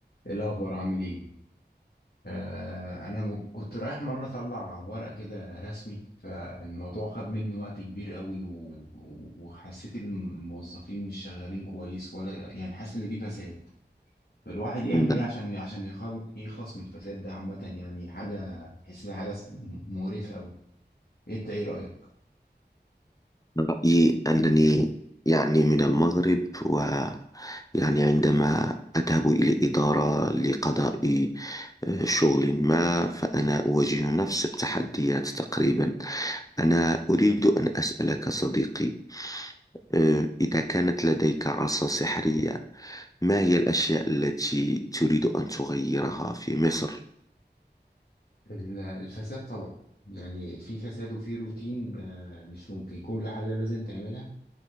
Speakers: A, on the left (about 60°); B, on the left (about 20°).
A: ايه الاخبار عامل ايه آه انا م- كنت رايح مره اطلع ورق كده رسمي فالموضوع خد مني وقت كبير قوي و... و... وحسيت ان الموظفين مش شغالين كويس ولا يعني حاسس ان في فساد فالواحد يعمل
B: من
A: ايه عشان عشان يخل... يخلص من الفساد ده عامه يعني حاجه تحس انها حاجه مقرفه قوي انت ايه رايك
B: رأيي أنني يعني من المغرب ويعني عندما أذهب إلى إدارة لقضاء آه، شغل ما فأنا أواجه نفس التحديات تقريبا أنا أريد أن أسألك صديقي آه، إذا كانت لديك عصا سحرية ما هي الأشياء التي تريد أن تغيرها في مصر؟
A: ال- الفساد طبعا يعني في فساد وفي روتين آه، مش ممكن كل حاجه لازم تعملها